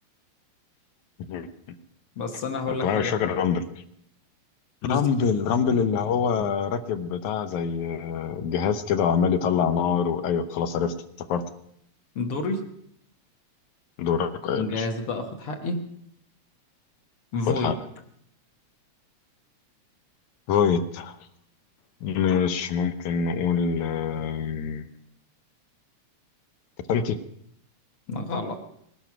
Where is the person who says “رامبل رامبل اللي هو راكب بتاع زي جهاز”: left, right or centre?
Left